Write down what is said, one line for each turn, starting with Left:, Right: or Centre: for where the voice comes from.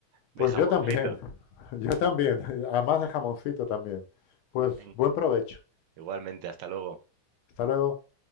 Right: de
Left: Pues
Right: jamoncito.
Left: yo también, <laughs> yo también, <laughs> además de jamoncito también. Pues
Right: Ven,
Left: buen provecho.
Right: igualmente, hasta luego.
Left: Hasta luego.